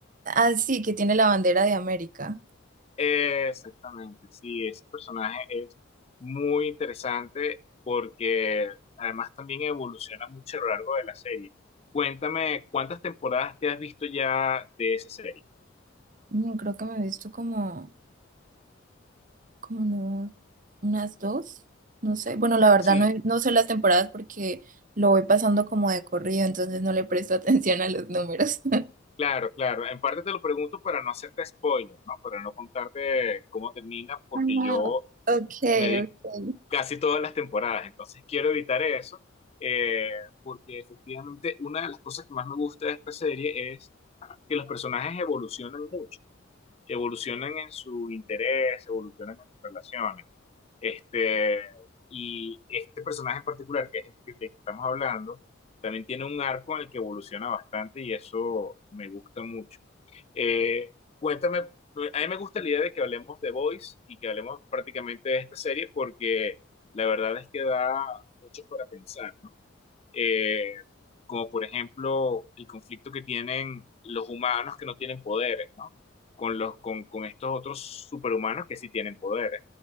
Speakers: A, on the right; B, on the left.
A: Ah, sí, que tiene la bandera de América.
B: Exactamente, sí, ese personaje es muy interesante porque además también evoluciona mucho a lo largo de la serie. Cuéntame, ¿cuántas temporadas te has visto ya de esa serie?
A: Mm, creo que me he visto como... como no, unas dos, no sé. Bueno, la verdad
B: Sí,
A: no, he- no sé las temporadas porque lo voy pasando como de corrido, entonces no le presto <laughs> atención a los números. <laughs>
B: claro, claro. En parte te lo pregunto para no hacerte spoiler, ¿no? Para no contarte cómo termina, porque
A: Ah,
B: yo
A: okay,
B: me vi
A: okay.
B: casi todas las temporadas, entonces quiero evitar eso, eh, porque efectivamente una de las cosas que más me gusta de esta serie es que los personajes evolucionan mucho. evolucionan en su interés, evolucionan en sus relaciones. Este, y este personaje en particular, que es el que, que estamos hablando, también tiene un arco en el que evoluciona bastante y eso me gusta mucho. Eh, cuéntame, a mí me gusta la idea de que hablemos de Boys y que hablemos prácticamente de esta serie porque la verdad es que da mucho para pensar eh, como por ejemplo el conflicto que tienen los humanos que no tienen poderes, ¿no? Con los, con, con estos otros superhumanos que sí tienen poderes.